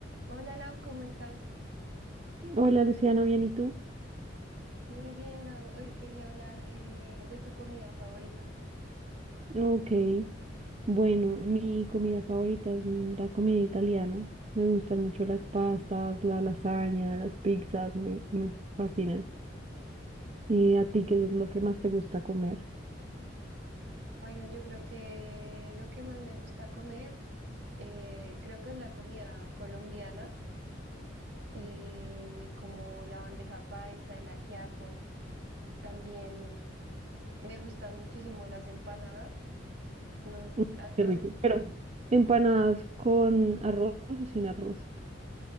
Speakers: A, on the right; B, on the right.
A: Hola Lau, ¿cómo estás?
B: Hola Luciano, ¿bien y tú?
A: Muy bien, Lau. Hoy quería hablar eh, de tu comida favorita.
B: Ok, bueno, mi comida favorita es mm, la comida italiana. Me gustan mucho las pastas, la lasaña, las pizzas, me, me fascinan. ¿Y a ti qué es lo que más te gusta comer?
A: Bueno, yo creo que lo que más me gusta comer, eh, creo que es la comida colombiana, eh, como la bandeja paisa, el ajiaco. También me gustan muchísimo las empanadas. No,
B: Mm,
A: ah,
B: Qué
A: no
B: rico.
A: sé,
B: Pero empanadas con arroz o sin arroz.